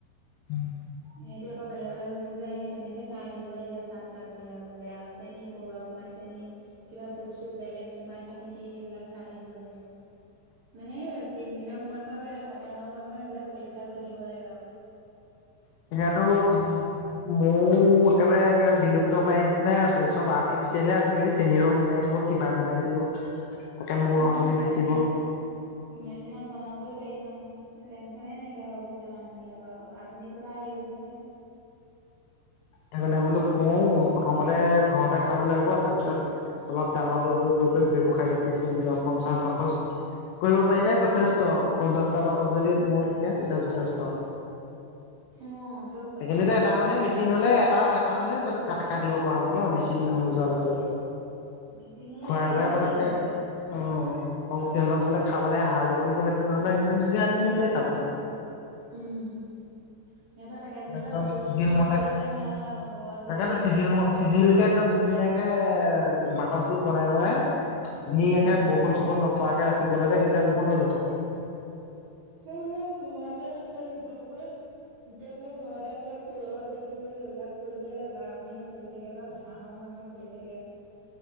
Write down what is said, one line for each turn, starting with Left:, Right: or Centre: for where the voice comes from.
Left: উম,
Right: সিহঁতি আকৌ বেলেগলে গুচি যায়, সেই তেনেকে চাই থাকিব লাগে চাক তাক বিলাকো বেয়া হৈছে নি, পৰুৱা সোমাইছে নি কিবা পোক চোক বেলেগ সোমাইছে নেকি? সেইবিলাক চাই থাকিব লাগে। মানে তিনিদিনৰ মূৰে মূৰে বা এসপ্তাহৰ মূৰে মূৰে মূৰে সেইবিলাক পৰীক্ষা কৰি থাকিব লাগে আৰু
Left: <unintelligible> মৌ একেবাৰে কিবা বিলুপ্ত পায় নিচিনা হৈছে। চব আৰ্টিফিচিয়েলে আজিকালি চেনি ৰস মিলাই দিব কিবা মিলাই দিব। তাকে মৌ
Right: অ',
Left: ৰস বুলি বেচিব
Right: আজিকালি মেচিনত বনাবই পাৰি ন', টেনচনে নাইকিয়া হৈ গৈছে মানুহ বিলাকৰ, আৰু আধুনিকতা আহি গৈছে যে
Left: সেইকাৰণে বোলো কৰোঁ, প্ৰথমতে ঘৰতে খাবলৈ হ'ব তাৰপিছত অলপ ডাঙৰ কৰি কৰি কৰি কৰি ব্যৱসায় ভিত্তিত কৰিম গে আৰু পঞ্চাশ বাকচ কৰিব পাৰিলে যথেষ্ট, পঞ্চাশটা বাকত যদি মোৰ থাকে তেতিয়া যথেষ্ট।
Right: অ', তো হেৰিয়
Left: সেইখিনিতে এটা মানে
Right: খৰালি
Left: মেচিন
Right: চিজনত
Left: হ'লে এটা এটা মানে য ক কাটিব পৰা হ'ব ন। মেচিন নহ যোৱাৰ লগে লগে
Right: মেচিন হলে
Left: খোৱাই
Right: এটা
Left: ঘুৱাই
Right: মানুহে
Left: কৰাত
Right: কাটিব
Left: কৈ
Right: পাৰে।
Left: অ', সিহঁতক বোলে খাবলৈ আহাৰ দিব লাগিব সেইটো নহয় ন। সিহঁতে নিজে আনি নিজে খাব।
Right: উম, সিহঁতৰ তাকে যেনিবা
Left: একদম
Right: ফুল
Left: চিজিল
Right: চুল ৰুই
Left: মতে
Right: থ'লে মানে ভাল আৰু ঘৰত
Left: তাকেতো
Right: যদি
Left: চিজিল কে একদম ধুনীয়াকে এ বাকচবোৰ বনাই বনাই, ধুনীয়াকে
Right: উম,
Left: ব বৰষুণ চৰষুন নপৰাকে ৰাখিব লাগে, তেতিয়া বহুত ত হৈ যাব।
Right: ত বোলে ঘৰতে আছে দুবা হ যেতিয়া বোলে ঘৰতে বোলে ফুল অলপ ৰুই থৈছোঁ, এইবিলাক ফুল বোলে বাৰ মাহে ফুলি থাকে বা ছয়মাহৰ মই মই ফুলি থাকে।